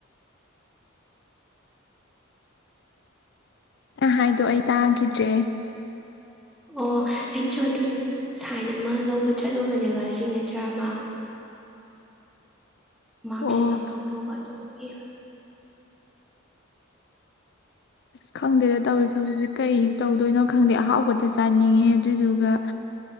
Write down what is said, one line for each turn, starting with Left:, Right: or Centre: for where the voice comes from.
Left: ꯅꯪꯅ ꯍꯥꯏꯗꯣ ꯑꯩ ꯇꯥꯈꯤꯗ꯭ꯔꯦ
Centre: ꯑꯣ ꯑꯩꯁ ꯑꯣ ꯗꯤ ꯁꯥꯏꯟ ꯑꯃ ꯂꯧꯕ ꯆꯠꯂꯨꯕꯅꯦꯕ ꯁꯤꯒꯅꯦꯆꯔ ꯑꯃ ꯃꯥꯛꯁꯤꯠ
Left: ꯑꯣ
Centre: ꯂꯧꯊꯣꯛ ꯇꯧꯕ ꯑꯗꯨꯗꯨꯒꯤ
Left: ꯑꯁ ꯈꯪꯗꯦꯗ ꯇꯧꯔꯤꯁꯦ ꯍꯧꯖꯤꯛꯁꯦ ꯀꯩ ꯇꯧꯗꯣꯏꯅꯣ ꯈꯪꯗꯦ ꯑꯍꯥꯎꯕꯗ ꯆꯥꯅꯤꯡꯉꯦ ꯑꯗꯨꯏꯗꯨꯒ